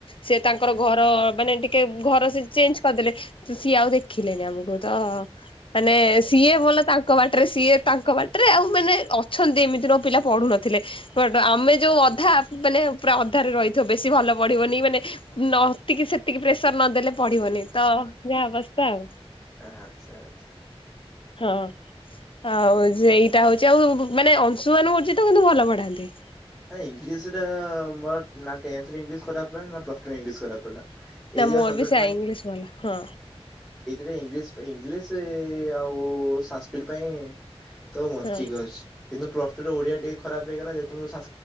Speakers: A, on the left; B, in the centre.
A: ସେ ତାଙ୍କର ଘର ମାନେ ଟିକେ ଘର ସେ ଚେଞ୍ଜ କରିଦେଲେ ସିଏ ଆଉ ଦେଖିଲେନି ଆମକୁ ତ ମାନେ ସିଏ ବୋଲ ତାଙ୍କ ବାଟରେ ସିଏ ତାଙ୍କ ବାଟରେ ଆଉ ମାନେ ଅଛନ୍ତି ଏମିତିରେ ପିଲା ପଢୁ ନଥିଲେ ବଟ ଆମେ ଯୋଉ ଅଧା ମାନେ ପୁରା ରେ ରହିଥିବ ବେଶୀ ଭଲ ପଢିବନି ମାନେ ନତିକି ସେତିକି ପ୍ରେସର ନ ଦେଲେ ପଢିବନି ତ ଯାହା ଅବସ୍ଥା ଆଉ।
B: ଆଚ୍ଛା ଆଚ୍ଛା।
A: ହଁ ଆଉ ସେ ଏଇଟା ହଉଛି ଆଉ ମାନେ ଅଂଶୁମାନ ଗୁରୁଜୀ ତ କିନ୍ତୁ ଭଲ ପଢାନ୍ତି।
B: ଇଂଲିଶରେ ମୋର ନା ଟେନ୍ଥ ରେ ଇଂଲିଶ ଖରାପ ହେଲା ନା ପ୍ଲସ ଟୁ ରେ ଇଂଲିଶ ଖରାପ ହେଲା। ଏଇ
A: ନା
B: ଦିଟା
A: ମୋରବି
B: ସବଜେକ୍ଟ
A: ସେ ଇଂଲିଶ ଭଲ ହଁ।
B: ରେ ଇଂଲିଶ ଇଂଲିଶ ଆଉ ସଂସ୍କ୍ରିଟ ତ ପାଇଁ ତ ବଞ୍ଚି
A: ହଁ
B: ଅଛି, କିନ୍ତୁ ପ୍ଲସ୍ ଟୁ ର ଓଡିଆ ଟିକେ ଖରାପ ହେଇଗଲା, ଯେୁ ମୁଁ ସା